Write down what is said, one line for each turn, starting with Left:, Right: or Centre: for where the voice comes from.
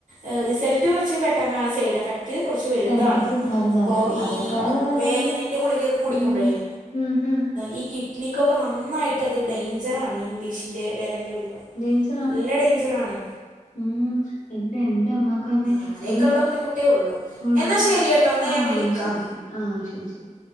Right: എഹ് റിസൾട്ട് കൊർച്ച് പെട്ടെന്നാണ് സൈഡ് എഫക് റ്റ് കൊറച്ച് വെലുതാണ്
Left: സൈഡ് എഫക്ട്സ് വലുതാണ്
Right: പ്പൊ
Left: അതിനേക്കാളും
Right: ഈ അം
Left: നല്ലത്
Right: വേദനന്റെ ഗുളികയൊക്കെ കുടിക്കുമ്പഴേ
Left: ഉം ഉം ഉം
Right: ഈ കിഡ്നിക്കൊക്കെ നന്നായിട്ട് അത് ഡെയ്ഞ്ചറാണ് ഈ ഇംഗ്ലീഷിന്റെ വേദനന്റെ ഗുളിക
Left: ഡെയ്ഞ്ച്‌
Right: നല്ല ഡെയ്ഞ്ചറാണ്
Left: ഉം പിന്നെ എന്റെ അമ്മാക്ക് തന്നെ
Right: അങ്ങനെയൊക്കെയുള്ള
Left: ഒരു
Right: ബുദ്ധിമുട്ടേ ഉള്ളൂ
Left: ഒള്ളഹ്
Right: എന്നാൽ ശരി കേട്ടോ എന്നാൽ
Left: ആഹ്
Right: ഞാൻ വിളിക്കാം
Left: ശെരി ശെരി ആഹ് ശെരി ശെരി